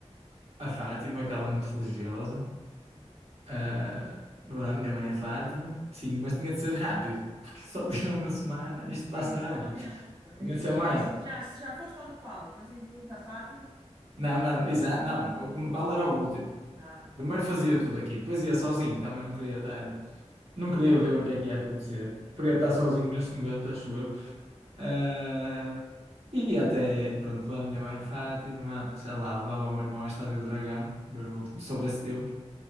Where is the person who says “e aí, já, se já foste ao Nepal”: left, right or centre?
Right